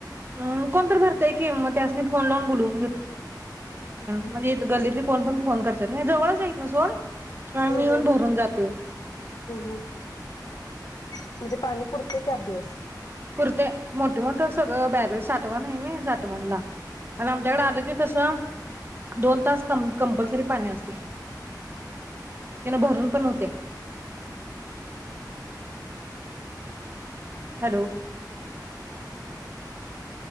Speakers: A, on the right; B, on the left.
A: अम कोण तर भरतय की, मग त्यासनी फोन लावून बोलवून
B: हम्म
A: म्हणजे गल्लीतली कोण पण फोन करत्यात नाही जवळच आहे हितून सोड. हा
B: हम्म
A: मी येऊन
B: हम्म हम्म
A: भरून जाते.
B: हम्म म्हणजे पाणी पुुरते चार दिवस.
A: कुर्ते मोठे मोठ सगळं बॅरल साठवण आहे नई, साठवणला आणि आमच्याकडे आल कि कस दोन तास कंपल्सरी पाणी असतय त्यामुळे भरून पण होतय. Hello.